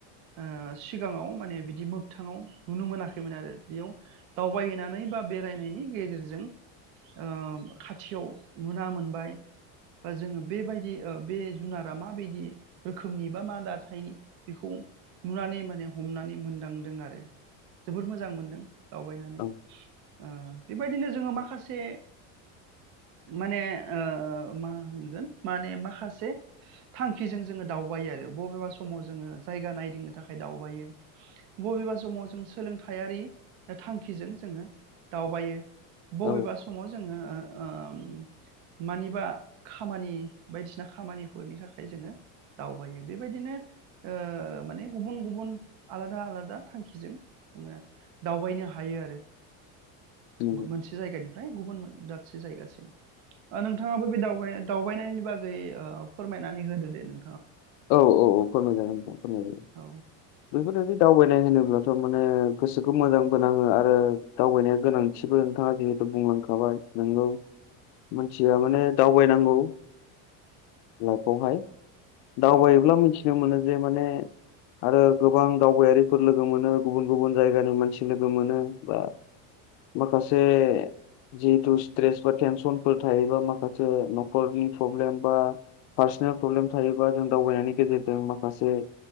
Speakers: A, on the right; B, on the left.
A: ओ सिगाङाव माने बिदि मोगथाङाव नुनो मोनाखैमोन आरो, बेयाव दावबायहैनानै बा बेरायनायनि गेजेरजों ओ खाथियाव नुना मोनबाय बा जोङो बेबायदि ओ बे जुनारा माबायदि रोखोमनि बा मा दाथायनि बेखौ नुनानै माने हमनानै मोनदांदों आरो। जोबोर मोजां मोनदों दावबायनानै।
B: औ
A: ओ बेबायदिनो जोङो माखासे माने ओ मा होनोगोन मान माखासे थांखिजों जोङो दावबायो आरो बबेबा समाव जोङो जायगा नायदिंनो थाखाय दावबायो, बबेबा समाव जों सोलोंथायारि थांखिजों जोङो दावबायो। बबेबा
B: औ
A: समाव जोङो ओ ओ मानिबा खामानि बायदिसिना खामानिफोरनि थाखाय जोङो दावबायो बेबायदिनो ओ माने गुबुन गुबुन आलादा आलादा थांखिजों। ङो दावबायनो हायो ओ आरो
B: नंगौ।
A: मोनसे जायगानिफ्राय गुबुन दाबसे जायगासिम। नोंथाङाबो बे दाव दावबायनायनि बागै फोरमायनानै होदो दे नों
B: औ औ औ फोरमायजागोन नोंथां फोरमायजायो
A: औ
B: बेफोरबायदि दावबायनाय होनोब्लाथ' माने गोसोखौ मोजांबोनाङो आरो दावबायनाया गोनांथिबो नोंथाङा जि बुंलांखाबाय नोंनो मानसिया माने दावबायनांगौ। लाइफआवहाय दावबायोब्ला
A: औ
B: मिथिनो मोनो जे माने आरो गोबां दावबायारिफोर लोगो मोनो गुबुन गुबुन जायगानि मानसि लोगो मोनो बा माखासे जिहेथु स्ट्रेस बा टेनसनफोर थायोबा माखासे न'खरनि प्रब्लेम बा पार्सनेल प्रब्लेम थायोबा जों दावबायनायनि गेजेरजों माखासे